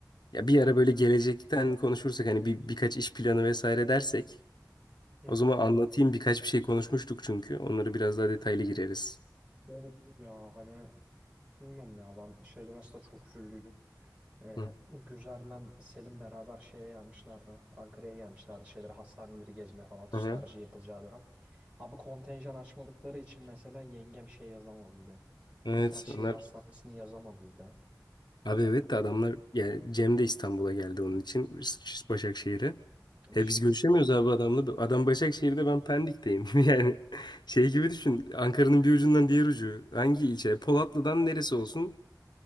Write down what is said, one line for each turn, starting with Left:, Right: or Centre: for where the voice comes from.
Left: Ya bir ara böyle gelecekten konuşursak hani bir birkaç iş planı vesaire dersek
Right: Hı
Left: o
Right: hı.
Left: zaman anlatayım birkaç bir şey konuşmuştuk çünkü. Onları biraz daha detaylı gireriz.
Right: Olur olur ya hani bilmiyorum ya ben şeyde mesela çok üzüldüydüm. Ee,
Left: Hı.
Right: Güzer'le Selim beraber şeye gelmişlerdi. Ankara'ya gelmişlerdi. Şeyleri, hastaneleri gezmeye falan. Tutarcı
Left: Aha.
Right: yapılacağı dönem. Abi kontenjan açmadıkları için mesela yengem şey yazamadıydı.
Left: Evet
Right: Bilkent Şehir
Left: onlar
Right: Hastanesi'ni yazamadıydı.
Left: abi evet
Right: Ama
Left: de adamlar yani Cem de İstanbul'a geldi onun için Başakşehir'e.
Right: İşte
Left: E biz görüşemiyoruz abi adamla. Adam Başakşehir'de ben Pendik'teyim. <laughs> Yani şey gibi düşün. Ankara'nın bir ucundan diğer ucu. Hangi ilçe? Polatlı'dan neresi olsun?